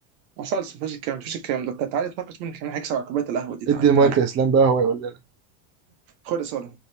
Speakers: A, on the right (about 60°); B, on the right (about 35°).
A: ما حصلش مفيش الكلام ده مفيش الكلام ده تعالى نتناقش مين كمان هيكسب على كوبايه القهوه دي تعالى
B: ادي المايك
A: تعالى
B: لإسلام بقى هو يقول لنا
A: خد يا سولو